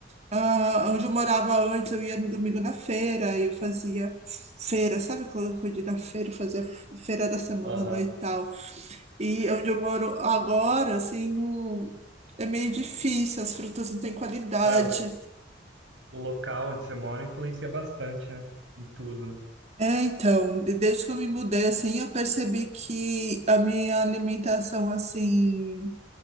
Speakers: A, on the right (about 35°); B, on the right (about 80°).
A: Ah, onde eu morava antes, eu ia no domingo na feira, eu fazia feira, sabe? Quando eu ia na feira, eu fazia feira da semana
B: Aham.
A: e tal. E onde eu moro agora, assim, não- é meio difícil, as frutas não têm qualidade.
B: É, o, o local onde você mora influencia bastante, né? Em tudo, né?
A: É, então, de- desde que eu me mudei, assim, eu percebi que a minha alimentação, assim,